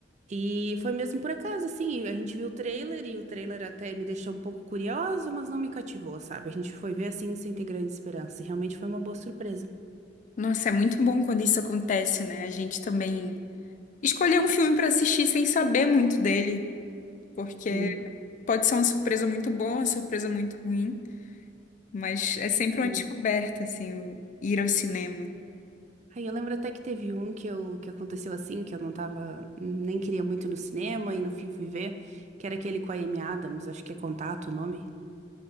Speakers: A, on the right; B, on the left.
A: E foi mesmo por acaso, assim, a gente viu o trailer e o trailer até me deixou um pouco curiosa, mas não me cativou, sabe? A gente foi ver assim sem ter grande esperança. E realmente foi uma boa surpresa.
B: Nossa, é muito bom quando isso acontece, né? A gente também escolher um filme pra assistir sem saber muito dele, porque
A: Uhum,
B: pode ser uma surpresa muito boa, uma surpresa muito ruim, mas é sempre
A: sim.
B: uma descoberta, assim, o- ir ao cinema.
A: Aí eu lembro até que teve um que, eu, que aconteceu assim, que eu não tava, nem queria muito ir no cinema, e no fim fui ver, que era aquele com a Amy Adams, acho que é Contato o nome.